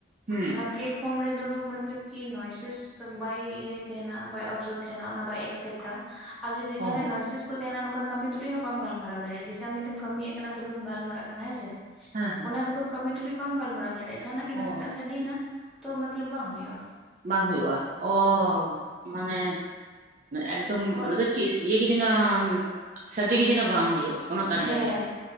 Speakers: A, on the right; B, in the centre.
A: ᱦᱮᱸ ᱻ᱾
B: ᱚᱱᱟ ᱯᱞᱮᱴᱯᱷᱚᱨᱚᱢ ᱨᱮᱫᱚ ᱢᱚᱛᱞᱚᱵ ᱠᱤ ᱱᱚᱚᱭᱥᱮᱥ ᱵᱟᱭ ᱤᱭᱟᱹᱭ ᱛᱟᱦᱮᱱᱟ ᱵᱟᱭ ᱚᱵᱡᱚᱨᱵᱷ ᱛᱟᱦᱮᱱᱟ ᱚᱱᱟ ᱵᱟᱭ ᱮᱠᱥᱮᱯᱴᱟ -ᱟ ᱾ ᱟᱨ ᱡᱩᱫᱤ
A: ᱚ
B: ᱡᱟᱦᱟᱸᱨᱮ ᱱᱚᱭᱥ ᱠᱚ ᱛᱟᱦᱮᱱᱟ ᱱᱚᱝᱠᱟ ᱠᱟᱹᱢᱤ ᱛᱩᱞᱩᱡ ᱦᱚᱸ ᱵᱟᱢ ᱜᱟᱞᱢᱟᱨᱟᱣ ᱫᱟᱲᱮᱭᱟᱜᱼᱟ ᱾ ᱥᱮ ᱟᱢ ᱱᱤᱛ ᱮᱢ ᱛᱮᱢ ᱠᱟᱹᱢᱤᱭᱮᱫ ᱠᱟᱱᱟ ᱯᱷᱤᱨᱵᱤᱢ ᱜᱟᱞᱢᱟᱨᱟᱜ ᱠᱟᱱᱟ ᱦᱮᱸ ᱥᱮ
A: ᱦᱮᱸ
B: ᱱᱚᱰᱮ ᱫᱚ ᱠᱟᱹᱢᱤ ᱛᱩᱞᱩᱡ ᱵᱟᱢ ᱜᱟᱞᱢᱟᱨᱟᱣ ᱫᱟᱲᱮᱭᱟᱜᱼᱟ ᱡᱟᱦᱟᱱᱟᱜ ᱜᱮ ᱱᱟᱥᱮᱱᱟᱜ
A: ᱚ
B: ᱥᱟᱰᱮᱭᱱᱟ ᱛᱚ ᱢᱚᱛᱞᱚᱵ ᱵᱟᱝ ᱦᱩᱭᱩᱜᱼᱟ ᱾
A: ᱵᱟᱝ ᱦᱩᱭᱩᱜᱼᱟ ᱚᱸᱻ ᱾ ᱢᱟᱱᱮ ᱮᱠᱫᱚᱢ
B: ᱠᱚᱞ
A: ᱚᱱᱟ ᱫᱚ ᱪᱮᱫ ᱤᱭᱟᱹ ᱠᱤ ᱢᱟᱱᱮ ᱱᱟ <unintelligible> ᱥ ᱠᱤ ᱡᱮᱱᱚ ᱵᱟᱝ ᱦᱩᱭᱩᱜ <unintelligible>
B: ᱦᱮᱸ
A: ᱡᱟᱭᱜᱟ